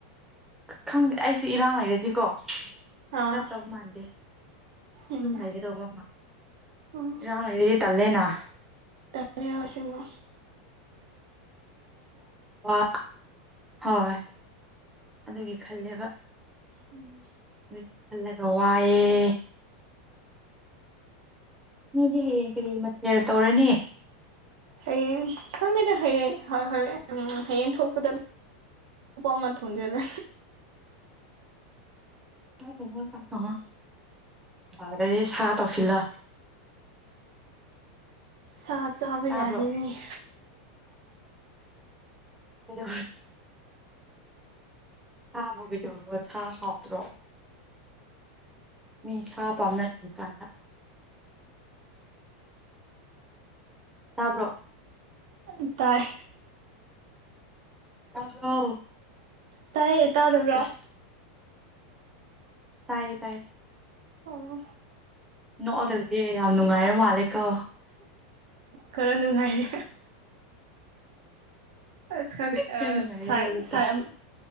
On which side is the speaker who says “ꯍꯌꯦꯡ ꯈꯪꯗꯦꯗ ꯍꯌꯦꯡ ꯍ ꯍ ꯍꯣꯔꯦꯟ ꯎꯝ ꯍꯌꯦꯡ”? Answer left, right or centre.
Right